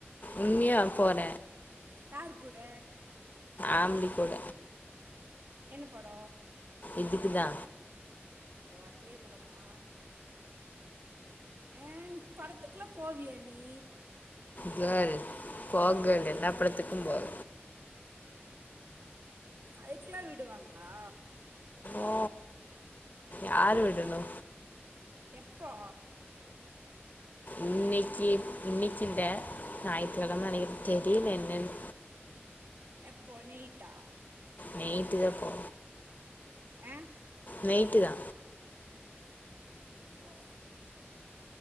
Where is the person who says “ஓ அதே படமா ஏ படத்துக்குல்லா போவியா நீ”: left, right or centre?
Right